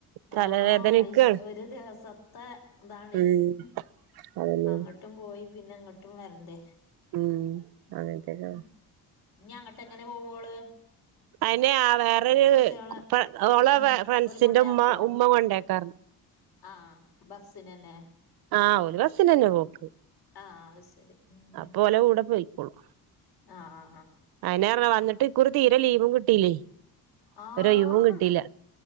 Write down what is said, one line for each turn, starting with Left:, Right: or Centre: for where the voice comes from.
Right: തലവേദനിക്കാണ്
Left: ആഹ് ശ് ഒരു ദിവസത്തെ ഇതാണ്
Right: ഉം
Left: അങ്ങട്ട്
Right: അതന്നെ
Left: അങ്ങട്ടും പോയി പിന്നെ ഇങ്ങട്ടും വരണ്ടേ
Right: ഉം അങ്ങനത്തെക്കെ
Left: ഉം ഇനി അങ്ങട്ട് എങ്ങനെ പോവോള്
Right: അതിന് ആ വേറൊരു
Left: കുട്ടികളെ
Right: ഇപ്പ ഓള്
Left: ആഹ്
Right: ഫ്രണ്ട്സിന്റെ
Left: ഓല് കൊണ്ടയാക്കോ
Right: ഉമ്മ ഉമ്മ കൊണ്ടേക്കാ
Left: ആഹ് ബസ്സിനന്നെ
Right: ആഹ് ഒരു ബസിന് തന്നെ പോക്ക്
Left: ആഹ് അത് ശരി ഉം
Right: അപ്പോ ഓലെ കൂടെ പോയിക്കോളും
Left: ആഹ് ആഹ്
Right: അയിനേറെ വന്നിട്ട് ഇക്കുറി തീരെ ലീവും കിട്ടിയില്ലേ
Left: ആഹ്
Right: ഒരയവും കിട്ടിയില്ല
Left: ആഹ്